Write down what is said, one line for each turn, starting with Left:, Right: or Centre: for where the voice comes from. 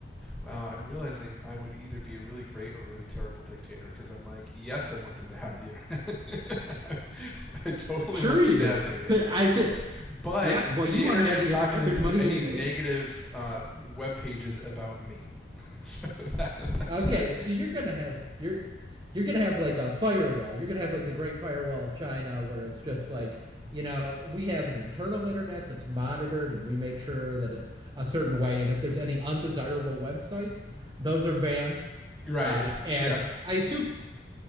Centre: Wow, I'm realizing I would either be a really great or really terrible dictator because I'm like, yes, I want them to have the internet. <laughs> I, I totally
Right: Sure,
Centre: want
Right: you
Centre: them
Right: do.
Centre: to have the internet,
Right: But I think,
Centre: but
Right: yeah, well, you
Centre: the
Right: want
Centre: internet's
Right: to have the
Centre: not
Right: internet.
Centre: going to
Right: There's
Centre: include
Right: money
Centre: any
Right: to be
Centre: negative
Right: made.
Centre: uh, web pages about me. <laughs> so that, that-
Right: Okay,
Centre: that,
Right: so you're gonna have you're you're gonna have like a firewall. You're gonna have like the Great Firewall of China, where it's just like, you know, we have an internal internet that's monitored and we make sure that it's a certain way. And if there's any undesirable websites, those are banned.
Centre: you're right.
Right: Uh,
Centre: If
Right: and
Centre: yeah,
Right: I assume